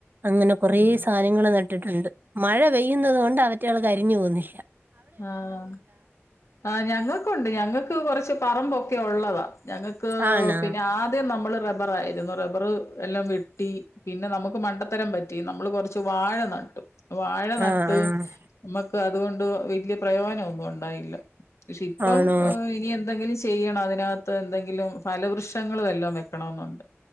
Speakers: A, on the right; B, on the left.
A: അങ്ങനെ കൊറേ
B: ഉം
A: സാ ധനങ്ങള് നട്ടിട്ട്ണ്ട് മഴ പെയ്യുന്നത് കൊണ്ടാ അവറ്റൾ കരിഞ്ഞു പോകുന്നേല്ല
B: ആഹ ആ ഞങ്ങൾക്കുണ്ട് ഞങ്ങൾക്ക് കൊറച്ച് പറമ്പൊ ഉള്ളതാ ഞങ്ങൾക്ക്
A: ആണാ
B: പിന്നെ ആദ്യം നമ്മൾ റബ്ബറായിരുന്നു റബ്ബർ ർ എല്ലാം വെട്ടി പിന്നെ നമുക്ക് മണ്ടത്തരം പറ്റി നമ്മള് കൊറച്ച് വാഴ നട്ടു വാഴ നട്ടു
A: ആഹ് ആഹ്
B: നമ്മക്ക് അതുകൊണ്ട് പ്രയോനം ഒന്നും ഉണ്ടായില്ല പക്ഷെ ഇപ്പം
A: ആണോ
B: ഇനി എന്തെങ്കിലും ചെയ്യണം അതിനകത്ത് എന്തെങ്കിലും ഫലവൃക്ഷങ്ങളും എല്ലാം വെക്കണെന്നുണ്ട്